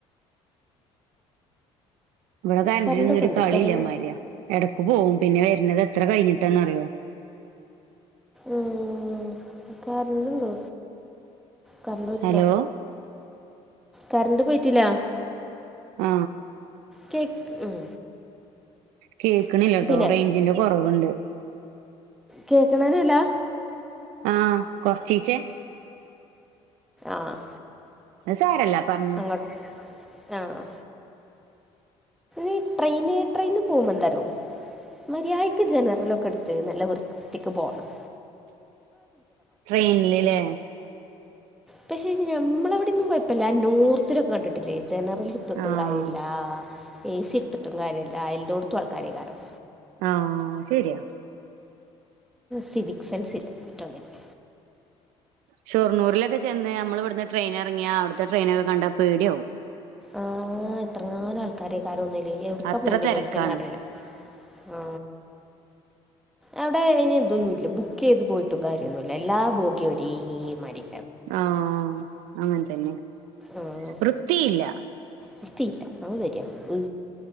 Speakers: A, on the right (about 90°); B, in the centre.
A: ഇവിടെ കരന്റിനിന്നൊരു
B: കറണ്ടൊക്കെ ഉണ്ട്
A: കളി
B: കറണ്ട്
A: ഇള്ള മാരിയാ എടക് പോവും പിന്നെ വരുന്നത് എത്ര കഴിഞ്ഞിട്ടാന്നറിയോ
B: ഉം കാരൻ്റ്ണ്ട് കരണ്ട് പോട്ടില്ല
A: ഹലോ
B: കരന്റ് പോയിട്ടില്ല
A: ആ
B: കേക്ക് ഉം
A: കേക്ക്ണില്ലാട്ടോ
B: പിന്നെ
A: റേഞ്ചിന്റെ കൊറവുണ്ട്
B: കേക്ക്ണെന്നെല്ലാ
A: ആ കൊറച്ചിച്ചേ
B: ആ
A: അത് സാരല്ല പറഞ്ഞോ
B: അങ്ങ ആഹ് ഈ ട്രെയിന് ട്രെയിന് പോവുമ്പോ ന്താറിയോ മര്യായ്ക്ക് ജനറലൊക്കെ എട്ത്ത് നല്ല വൃത്തിക്ക് പോണം
A: ട്രെയിൻല് ലേ
B: പക്ഷെ ഇതു ഞമ്മളിവിടൊന്നും കുഴപ്പില്ല നോർത്തിലൊക്കെ കണ്ടിട്ടില്ലേ ജനറൽ എടുത്തിട്ടും
A: ആഹ്
B: കാര്യല്ല എ സി എട്ത്തിട്ടും കാര്യല്ല എല്ലോട്ത്തും ആൾക്കാരെയ്ക്കാരം
A: ആ ശെരിയാ
B: സിവിക് സെൻസില്ല ഒറ്റൊന്നിനും
A: ഷൊർണൂരിലൊക്കെ ചെന്ന് നമ്മൾ ഇവിട്ന്ന് ട്രെയിൻ എറങ്ങിയാ അവിട്ത്തെ ട്രയിനൊക്കെ കണ്ടാ പേടിയാവും
B: ആഹ് എത്രങ്ങാനും ആൾക്കാരെയ്കാരം ഒന്ന്ല് എവിട്ക്കാ
A: അത്ര
B: പോണ്ടെന്ന്
A: തെരക്കാണ്
B: ഓൽക്കെന്നെ അറീല ആ അവിടെ ഇ എന്തൊന്നുല്ല ബുക്ക് ചെയ്ത് പോയിട്ടും കാര്യൊന്നുല്ല എല്ലാ ബോഗിം ഒരേമാതിരി
A: ആ അങ്ങനെ തന്നെ
B: ആഹ്
A: വൃത്തിയില്ല
B: വൃത്തിയില്ല അത് ശരി ഉ